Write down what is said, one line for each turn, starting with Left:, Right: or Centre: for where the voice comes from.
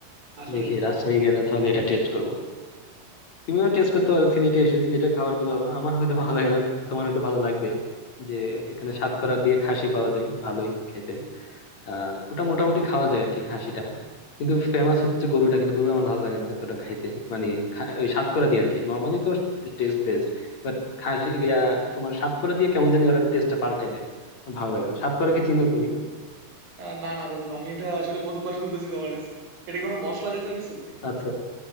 Right: আসলে
Left: দেখি
Right: বন্ধু
Left: রাজশাহী গেলে তাহলে এটা টেস্ট করবো তুমিও টেস্ট করতে পারো সিলেটে এসে সিলেটের খাবার গুলো আমার হয়তো ভালো লাগে না তোমার হয়তো ভালো লাগবে যে এখানে সাতকরা দিয়ে খাসি পাওয়া যায় ভালোই খেতে আহ ওটা মোটামুটি খাওয়া যায় আর কি খাসিটা কিন্তু ফেমাস হচ্ছে গরুটা কিন্তু গরু আমার ভালো লাগে না এতটা খাইতে মানে খা- ওই সাতকরা দিয়ে আর কি নর্মালি তো টেস্ট বেস্ট বাট খাসি ইয়া, তোমার সাতকরা দিয়ে কেমন জানি ওরা টেস্টটা পাল্টাই দেয় আমার ভালো লাগে না সাতকরা কি চিনো তুমি
Right: আহ, না না বন্ধু আমি এটা আসলে প্রথমবার শুনতেছি তোমার কাছে এটা কি কোনো মশলা জাতীয় কিছু
Left: আচ্ছা